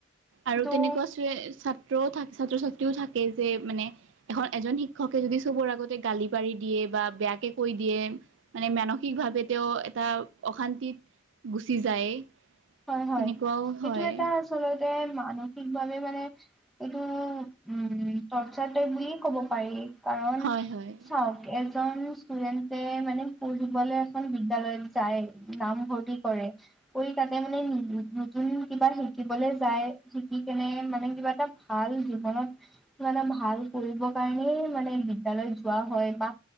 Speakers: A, on the right; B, in the centre.
A: আৰু
B: ত'
A: তেনেকুৱা ছোৱে- ছাত্ৰও থা- ছাত্ৰ-ছাত্ৰীও থাকে যে মানে এখৰ- এজন শিক্ষকে যদি চবৰ আগতে গালি পাৰি দিয়ে বা বেয়াকে কৈ দিয়ে মানে মানসিকভাৱে তেওঁ এটা অশান্তিত গুচি যায়।
B: হয় - হয়।
A: তেনেকুৱাও হয়
B: এইটো এটা আচলতে মানসিকভাৱে মানে এইটো উম টোৰ্চাৰ টাইপ বুলিয়ে ক'ব পাৰি। কাৰণ
A: হয় হয়
B: চাওঁক, এজন ষ্টুডেন্টে মানে পঢ়িবলৈ এখন বিদ্যালয়ত যায়, নামভৰ্তি কৰে, কৰি তা তে মানে নতুন কিবা শিকিবলৈ যায়। শিকিকেনে মানে কিবা এটা ভাল জীৱনত মানে ভাল কৰিব কাৰণেই মানে বিদ্যালয়ত যোৱা হয় বা